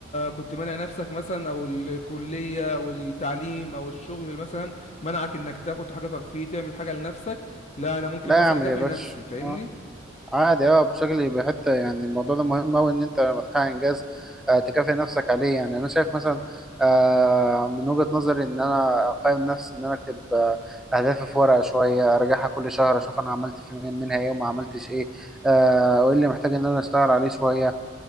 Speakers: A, on the left; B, in the centre.
A: كنت مانع نفسك مثلا او الكليه او التعليم او الشغل مثلا منعك انك تاخد حاجه ترفيهيه تعمل حاجه لنفسك لا انا ممكن
B: لا
A: مثلا
B: اعمل
A: اكافئ
B: يا باشا
A: نفسي فاهمني
B: اه عادي اه بشكل بحته يعني الموضوع ده مهم قوي ان انت لما تحقق انجاز آه تكافئ نفسك عليه يعني انا شايف مثلا آه من وجهة نظري ان انا اقيم نفسي ان انا اكتب آه اهدافي في ورقه شويه اراجعها كل شهر اشوف انا عملت في من- منها ايه وما عملتش ايه آه وايه اللي محتاج ان انا اشتغل عليه شويه